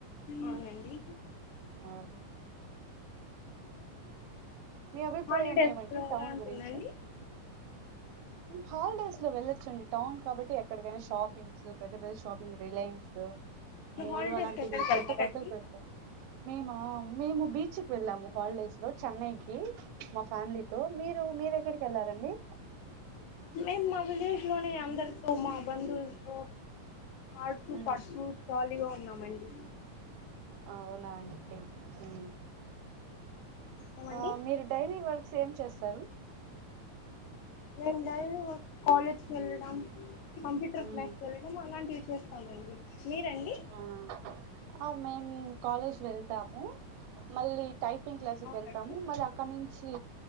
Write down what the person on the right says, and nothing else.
ఆ మీ అభిప్రాయం
ఏమంటే టౌన్
గురించి హాలిడేస్ లో వెళ్ళొచ్చండి టౌన్ కాబట్టి ఎక్కడికైనా షాప్ షాపింగ్స్ పెద్ద పెద్ద షాపింగ్స్ రిలయన్స్
మోరు
అలాంటివి
కొత్త కొత్తగా పెడతాారు మేము మేము బీచ్ వెళ్ళాము హాలిడేస్ లో చెన్నైకిి మా ఫ్యామిలీతో మీరు మీరేక్కడికి వెళ్లారండి
ఉమ్,
అవునా అండి ఉమ్
ఆ మీరు డైరీ వర్క్స్ ఏం చేస్తారు
ఉమ్.
అవునా ఆ మేం కాలేజ్ వెళతాము మళ్ళీ టైపింగ్ క్లాసుకి
వెళ్తాము మల్లి అక్కడి నుంచి